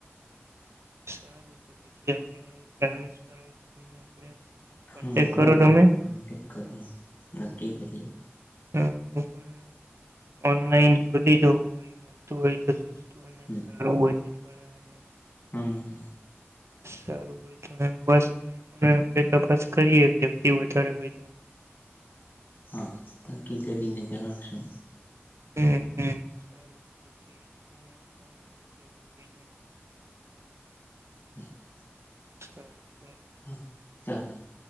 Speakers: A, on the right (about 75°); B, on the left (about 40°).
A: <inaudible>
B: હમ
A: કરો તમે
B: કોન્ટેક કરહુ ક્કી કરીએ.
A: હ હું પણ ઓનલાઈન શોધી જોઈ કોઈ મળતું હોય તો મને
B: હમ
A: સારું બજેટ વાળા અને.
B: હમ હમ
A: સારું હોય તો બસ ની પણ આપડે તપાસ કરીએ વ્યક્તિ વધારે હોય તો.
B: હા નક્કી કરીને જણાવશું.
A: હ હ <inaudible>
B: <inaudible>
A: <inaudible>
B: હા ચાલે